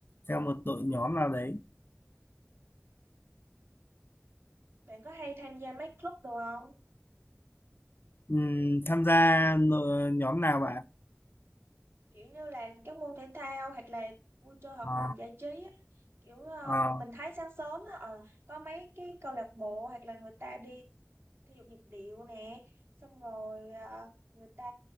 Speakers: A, on the left (about 45°); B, on the right (about 55°).
A: theo một đội nhóm nào đấy.
B: bạn có hay tham gia mấy club đồ không
A: Ừm, tham gia nội- nhóm nào bạn?
B: kiểu như là các môn thể thao hoặc là vui chơi hoạt
A: Ờ,
B: động giải trí á. kiểu ờ,
A: ờ,
B: mình thấy sáng sớm á, ờ, có mấy cái câu lạc bộ hoặc là người ta đi thể dục nhịp điệu nè xong rồi ờ, người ta